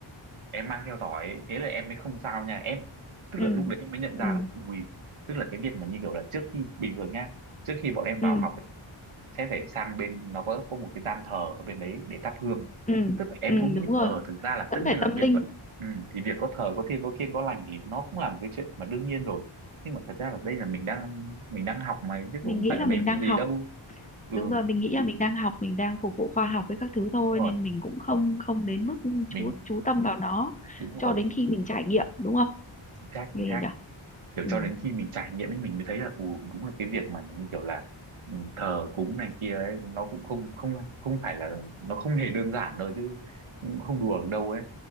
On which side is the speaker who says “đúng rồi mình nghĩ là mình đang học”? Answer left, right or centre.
Left